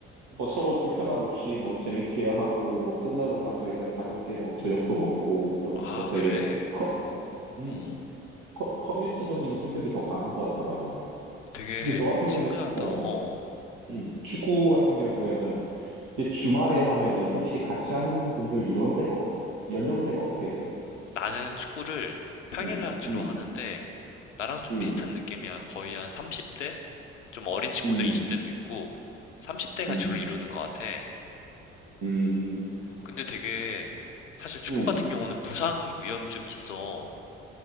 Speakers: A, on the right (about 55°); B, on the left (about 85°).
A: 뭐 서로 불편함 없이 뭐 재밌게 하고 뭐 끝나고 나서 이제 가볍게 뭐 저녁도 먹고 그러면서
B: 아,
A: 되게
B: 그래.
A: 커, 어, 음,
B: 어.
A: 커, 커뮤니티적인 성격이 더 강한 것 같더라고.
B: 되게
A: 근데 너 같은
B: 친근하다.
A: 경우는, 어,
B: 어, 어.
A: 음, 축구 같은 경우에는 이제 주말에 하면은 혹시 같이 하는 분들 이런 때가, 어- 연령대가 어떻게 돼?
B: 나는 축구를 평일날
A: 음,
B: 주로
A: 음,
B: 하는데, 나랑 좀
A: 음.
B: 비슷한 느낌이야. 거의 한 30대? 좀 어린 친구들
A: 음,
B: 20대도 있고, 30대가
A: 음,
B: 주를 이루는 것 같아.
A: 음,
B: 근데 되게, 사실 축구
A: 음,
B: 같은 경우는 부상 위험이 좀 있어.